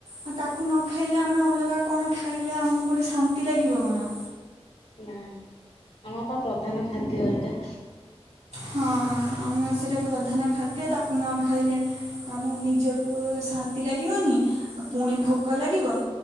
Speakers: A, on the right; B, on the left.
A: ଆଉ ତାକୁ ନଖାଇଲେ ଆମେ ଅଲଗା କଣ ଖାଇଲେ ଆମକୁ ଗୋଟେ ଶାନ୍ତି ଲାଗିବ କଣ
B: ନା ଆମରପା ପ୍ରଧାନ ଖାଦ୍ୟ ଏଇଟା।
A: ହଁ ଆମର ସେଟା ପ୍ରଧାନ ଖାଦ୍ୟ ତାକୁ ନଖାଇଲେ ଆମ ନିଜକୁ ଶାନ୍ତି ଲାଗିବନି ଆଉ ପୁଣି ଭୋକ ଲାଗିବ